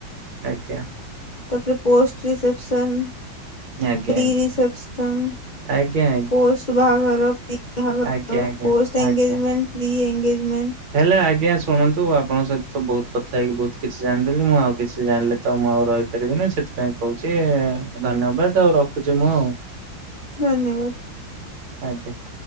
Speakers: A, on the right; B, on the left.
A: ଆଜ୍ଞା।
B: ତାପରେ ପୋଷ୍ଟ ରିସେପସନ୍,
A: ଆଜ୍ଞା
B: ପ୍ରି
A: ଆଜ୍ଞା
B: ରିସେପସନ୍
A: ଆଜ୍ଞା ଆଜ୍ଞା
B: ପୋଷ୍ଟ ବାହାଘର ପି <unintelligible> ବାହାଘର
A: ଆଜ୍ଞା ଆଜ୍ଞା
B: ପୋଷ୍ଟ ଏନ୍ଗେଜମେଣ୍ଟ।
A: ଆଜ୍ଞା।
B: Pre engagement.
A: ହେଲେ ଆଜ୍ଞା ଶୁଣନ୍ତୁ ଆପଣଙ୍କ ସହିତ ବହୁତ କଥା ହେଇକି ବହୁତ କିଛି ଜାଣିଦେଲି ମୁଁ ଆଉ କିଛି ଜାଣିଲେ ତ ମୁଁ ଆଉ ରହିପାରିବିନି ସେଥିପାଇଁ କହୁଛି ଧନ୍ୟବାଦ ଆଉ ରଖୁଛି ମୁଁ ଆଉ।
B: ଧନ୍ୟବାଦ।
A: ଆଜ୍ଞା।